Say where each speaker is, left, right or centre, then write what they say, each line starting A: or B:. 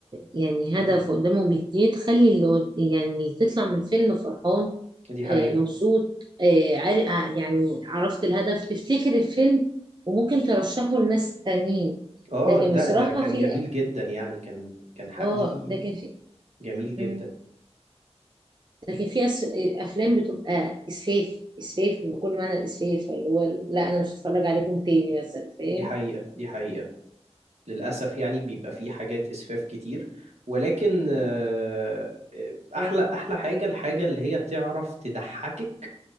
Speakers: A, on the right; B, on the right.
A: يعني
B: مم.
A: هدف قدامه بيديه تخلي اللي قد- يعني اللي تطلع من الفيلم فرحان
B: دي حقيقة
A: آه مبسوط آه عار- آه، يعني عرفت الهدف تفتكر الفيلم وممكن ترشحه لناس تانيين
B: اه
A: لكن
B: لا
A: بصراحة
B: ده كان
A: في
B: جميل جدا يعني كان كان حقيقي
A: اه لكن في
B: جميل جدا
A: مم. لكن في أس- افلام بتبقى اسفاف اسفاف بكل معنى الاسفاف اللي هو لا انا مش هتفرج عليكم تاني مثلا فاهم
B: دي حقيقة دي حقيقة للأسف يعني بيبقى فيه حاجات إسفاف كتير ولكن آه، آه، أحلى
A: اه
B: أحلى حاجة الحاجة اللي هي تعرف تضحكك